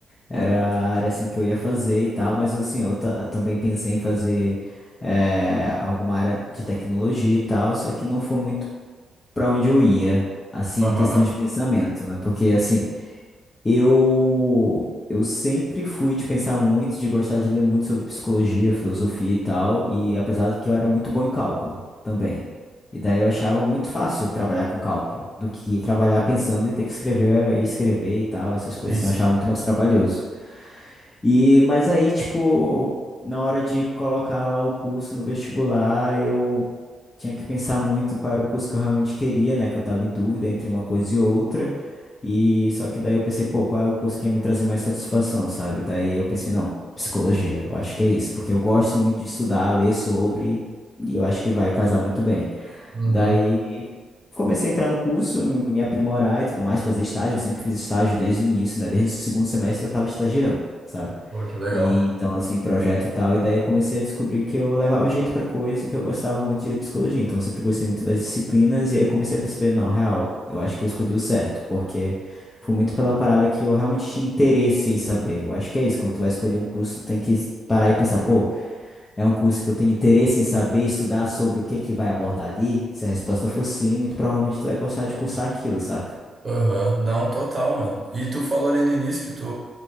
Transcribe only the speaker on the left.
Era a área assim que eu ia fazer e tal, mas assim, eu ta- também pensei em fazer eh, alguma área de tecnologia e tal, só que não foi muito pra onde eu ia, assim,
em questão de pensamento, né? Porque assim, Eu eu sempre fui de pensar muito, de gostar de ler muito sobre psicologia, filosofia e tal, e apesar de que eu era muito bom em cálculo também. E daí eu achava muito fácil trabalhar com cálculo do que trabalhar pensando e ter que escrever e escrever e tal, essas coisas
assim,
eu achava muito mais trabalhoso. E, mas aí, tipo, na hora de colocar lá o curso no vestibular, eu tinha que pensar muito qual era o curso que eu realmente queria, né? Que eu tava em dúvida entre uma coisa e outra. E só que daí eu pensei, pô, qual é o curso que ia me trazer mais satisfação, sabe? Daí eu pensei, não, psicologia, eu acho que é isso, porque eu gosto muito de estudar, ler sobre, e eu acho que vai casar muito bem.
Daí comecei a entrar no curso, me aprimorar e tudo mais, fazer estágio, eu sempre fiz estágio desde o início, né? Desde o segundo semestre eu tava estagiando. sabe?
E, então, assim, projeto e tal. E daí eu comecei a descobrir que eu levava jeito pra coisa e que eu gostava muito de ler psicologia. Então, eu sempre gostei muito das disciplinas. E aí eu comecei a perceber, não, real, eu acho que eu escolhi o certo. Porque foi muito pela parada que eu realmente tinha interesse em saber. Eu acho que é isso. Quando tu vai escolher um curso, tem que parar e pensar, pô, é um curso que eu tenho interesse em saber, estudar sobre o que que vai abordar ali. Se a resposta for sim, muito provavelmente tu vai gostar de cursar aquilo, saca?